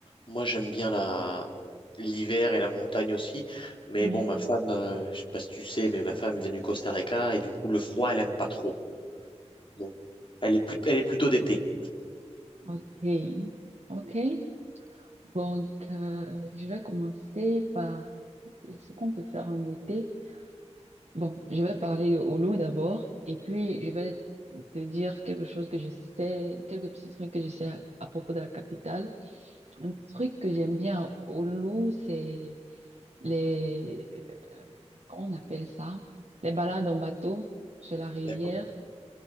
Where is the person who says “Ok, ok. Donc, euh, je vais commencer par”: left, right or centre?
Right